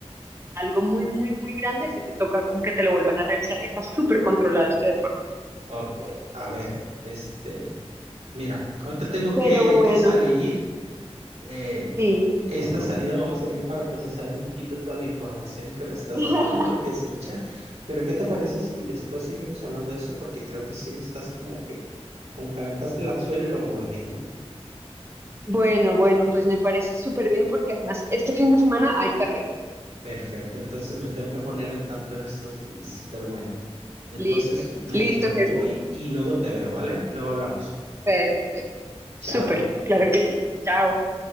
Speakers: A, on the right (about 25°); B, on the right (about 80°).
A: algo muy, muy, muy grande, si te toca como que te lo vuelvan a revisar, está súper controlado este deporte.
B: ok. A ver, este, mira, ahorita tengo
A: Pero
B: que,
A: bueno,
B: que salir. Eh,
A: sí.
B: esta salida me va a servir para procesar un poquito toda la información que me estás
A: <laughs>
B: dando, porque es mucha. Pero ¿qué te parece si después seguimos hablando de esto? Porque creo que sí me estás como que, como que aventaste el anzuelo y lo mordí.
A: Bueno, bueno, pues me parece súper bien porque además este fin de semana hay carrera.
B: Perfecto, entonces me tengo que poner al tanto en estos días. Pero bueno, entonces
A: Listo,
B: me
A: listo, Jesús.
B: voy y luego te veo, ¿vale? Luego hablamos.
A: Perfecto.
B: Chao.
A: Súper, claro que sí. Chao.